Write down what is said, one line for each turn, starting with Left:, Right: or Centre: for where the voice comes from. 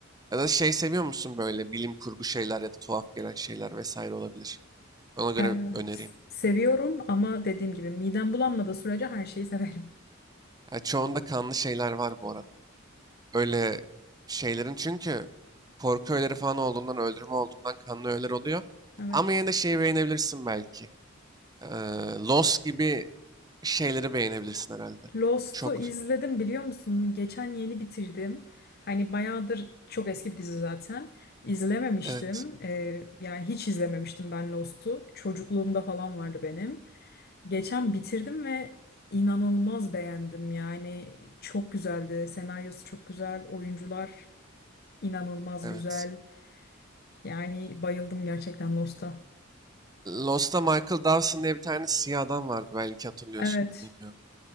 Right: Ya da şey seviyor musun böyle bilim kurgu şeyler ya da tuhaf gelen şeyler vesaire olabilir. Ona göre
Left: Evet.
Right: önereyim.
Left: Seviyorum ama dediğim gibi midem bulanmadığı sürece her şeyi severim.
Right: Ya çoğunda kanlı şeyler var bu arada. Öyle şeylerin çünkü korku öğeleri falan olduğundan, öldürme olduğundan kanlı öğeler oluyor.
Left: Evet.
Right: Ama yine de şeyi beğenebilirsin belki. Ee, Lost gibi şeyleri beğenebilirsin herhalde.
Left: Lost'u
Right: Çok,
Left: izledim biliyor musun? Geçen yeni bitirdim. Hani bayağıdır çok eski bir dizi zaten. İzlememiştim.
Right: evet,
Left: Ee, yani hiç izlememiştim ben Lost'u. Çocukluğumda falan vardı benim. Geçen bitirdim ve inanılmaz beğendim. Yani çok güzeldi. Senaryosu çok güzel. Oyuncular inanılmaz
Right: evet.
Left: güzel. Yani bayıldım gerçekten Lost'a.
Right: Lost'ta Michael Dawson diye bir tane siyah adam vardı belki hatırlıyorsundur
Left: Evet.
Right: bilmiyorum.